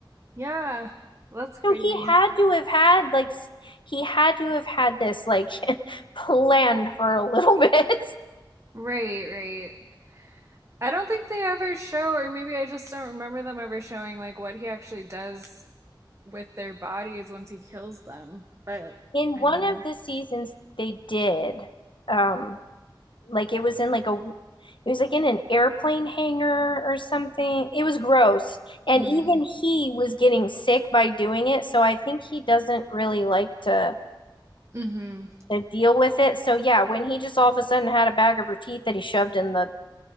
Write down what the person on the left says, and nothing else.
So he had to have had like he had to have had this like <laughs> planned for a little bit. <laughs>
In
one
of the seasons they did um like it was in like a it was like in an airplane hangar or something. It was gross. And
even he was getting sick by doing it, so I think he doesn't really like to
to deal with it. So yeah, when he just all of a sudden had a bag of her teeth that he shoved in the,